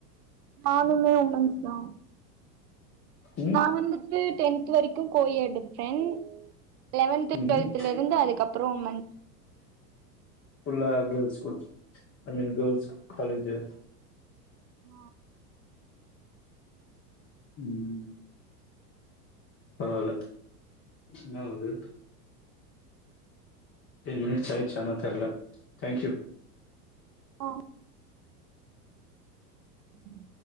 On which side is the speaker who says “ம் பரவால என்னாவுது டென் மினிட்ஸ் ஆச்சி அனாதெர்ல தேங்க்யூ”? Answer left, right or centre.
Left